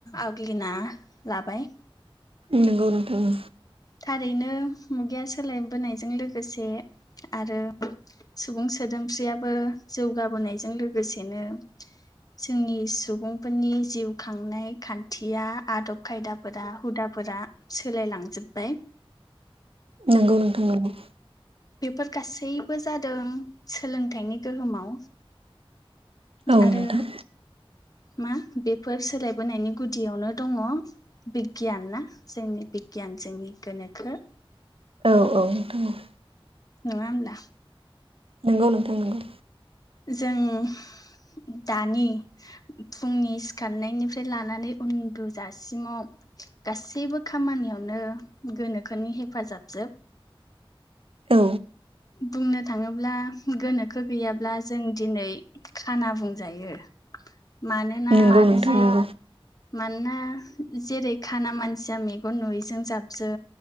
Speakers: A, on the left (about 40°); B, on the right (about 75°).
A: आवग्लिना लाबाय
B: नोंगौ नोंथां उम
A: थारैनो मुगाया सोलायबोनायजों लोगोसे आरो सुबुं सोदोमस्रियाबो जौगाबोनायजों लोगोसेनो जोंनि सुबुंफोरनि जिउ खांनाय खान्थिया आदब खायदा फोरा हुदाफोरा सोलायलांजोब्बाय
B: नंगौ नोंथां नंगौ
A: बेफोर गासैबो जादों सोलोंथाइनि गोहोमाव
B: औ
A: आरो
B: नोंथां
A: मा बेफोर सोलायबोनायनि गुदियावनो दङ बिगियान ना जोंनि बिगियान जोंनि गोनोखो
B: औ औ नोंथां औ
A: नङा होनब्ला
B: नंगौ नोंथां नोंगौ
A: जों दानि फुंनि सिखारनायनिफ्राय लानानै उन्दुजासिमाव गासैबो खामानियाव नो गोनोखोनि हेफाजाब जोब
B: औ
A: बुंनो थाङोब्ला गोनोखो गैयाब्ला जों दिनै खाना बुंजायो मानोना
B: नंगौ नोंथां
A: जि
B: नंगौ
A: मानोना जेरै खाना मानसिया मेगन नुयैजों जाबजों